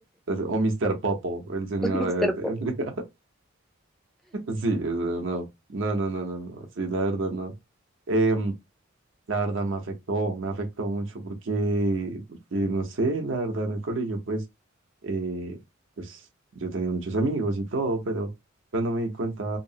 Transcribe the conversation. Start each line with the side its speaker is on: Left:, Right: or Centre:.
Right: Entonces, o Mr. Popo, el señor.
Centre: <laughs> Mr.
Right: eh,
Centre: Popo.
Right: <laughs> sí, o no, no, no, no, no, no, sí, la verdad, no. Em, la verdad me afectó, me afectó mucho porque, porque, no sé, la verdad, en el colegio, pues eh, pues yo tenía muchos amigos y todo, pero cuando me di cuenta